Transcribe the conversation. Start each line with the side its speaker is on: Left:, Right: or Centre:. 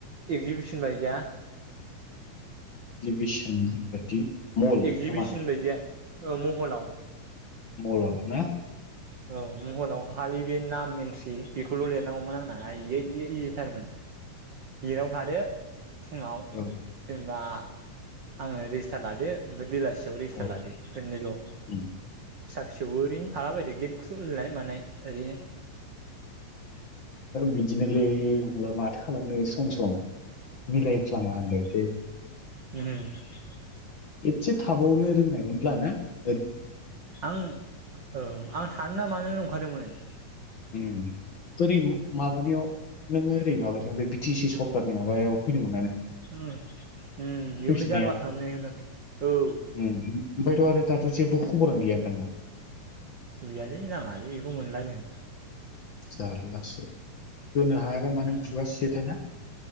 Right: एगजिबिसन बायदिया
Left: एगजिबिसन बादि मल
Right: एगजिबिसन
Left: नामा
Right: बायदिया औ महलाव
Left: मलाव ना
Right: औ महलाव खालि बे नाम एन्ट्रि बेखौल' लिरनांगौमोन आंनाहाय इयो इयो इजिथारमोन गेटाव थादो फुङाव
Left: औ
Right: जेनेबा आङो रेजिस्टार लादो ओमफ्राय बेला एसेयाव रिस्टार
Left: औ
Right: लादो खोनैल'
Left: उम
Right: थेवबो ओरैनो थाला बायदो गेद खु खुलिनाय मानाय ओरैनो
Left: बिदिनोलै हब्ला माथो खालामनो सम सम मिलायफ्लाङा होनलायनोसै
Right: ओम
Left: एसे थाबावनो रोंनायमोनब्ला नो
Right: आं औ आं थानो ना मानो नं खादोंमोन
Left: ओम ओरै माबानियाव नोङो ओरै माबानियाव बे टि सि सरखारनि माबायाव फैदोंमोन
Right: ओ उम बेयावनो
Left: फैफिननाया
Right: जारला खालामनाय जादों औ
Left: उम ओमफ्रायथ' आरो दाथ' जेबो खबरानो गैयादां ना
Right: गैयालै नाङालै बेखौ मोनला जों
Left: जारलासो होनो हायाबा मानो
Right: उम
Left: नों खुगासियोथाय ना?